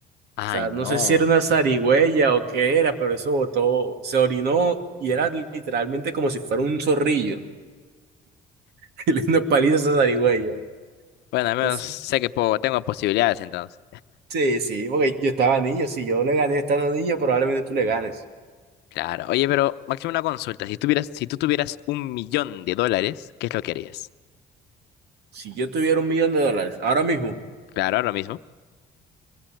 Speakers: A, on the left; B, on the right.
A: Ay,
B: O sea,
A: no.
B: no sé si era una zarigüeya o qué era, pero eso botó, se orinó y era literalmente como si fuera un zorrillo. <laughs> Y le di una paliza a esa zarigüeya.
A: Bueno, al menos
B: Entonces,
A: sé que puedo, tengo posibilidades entonces.
B: sí, sí, porque yo estaba niño. Si yo le gané estando niño, probablemente tú le ganes.
A: Claro. Oye, pero Máximo, una consulta. Si tuvieras, si tú tuvieras un millón de dólares, ¿qué es lo que harías?
B: Si yo tuviera un millón de dólares ahora mismo,
A: Claro, lo mismo.